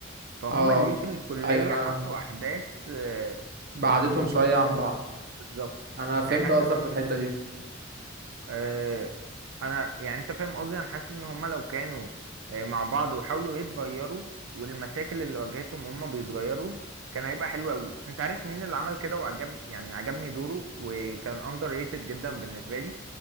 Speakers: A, on the right; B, on the right.
A: فهم
B: اه
A: ليه في الكلية
B: ايوه انا
A: حطوا أحداث آه،
B: بعدتهم
A: مش مترتبة
B: شويه عن بعض
A: بالظبط
B: انا فهمت
A: يعني حاسس
B: قصدك
A: إن
B: في الحته دي
A: آه، أنا يعني أنت فاهم قصدي أنا حاسس إن هم لو كانوا آه، مع بعض وحاولوا يتغيروا والمشاكل اللي واجهتهم هم بيتغيروا كان هيبقى حلو أوي أنت عارف مين اللي عمل كده وعجب يعني عجبني دوره وكان أندر ريتد جدا بالنسبة لي